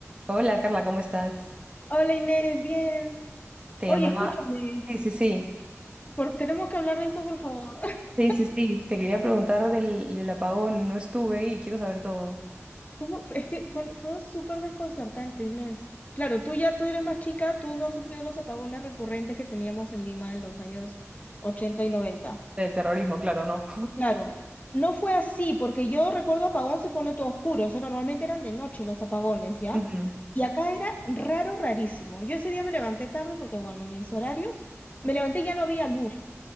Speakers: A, on the right; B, on the left.
A: Hola Carla, ¿cómo estás?
B: Hola Inés, bien.
A: Te
B: Oye,
A: llamaba.
B: escúchame,
A: Sí, sí, sí.
B: por- tenemos que hablar de eso, por favor. <laughs>
A: Sí, sí, sí. Te quería preguntar del, del apagón. No estuve y quiero saber todo.
B: ¿Cómo? Es que fue, fue súper desconcertante, Inés. Claro, tú ya tú eres más chica, tú no has sufrido los apagones recurrentes que teníamos en Lima en los años 80 y 90.
A: Del terrorismo, claro, no.
B: Claro, no fue así, porque yo recuerdo apagón se pone todo oscuro, o sea, normalmente eran de noche los apagones,
A: <laughs>
B: ¿ya?
A: Ujú.
B: Y acá era raro, rarísimo. Yo ese día me levanté tarde porque, bueno, mis horarios, me levanté y ya no había luz.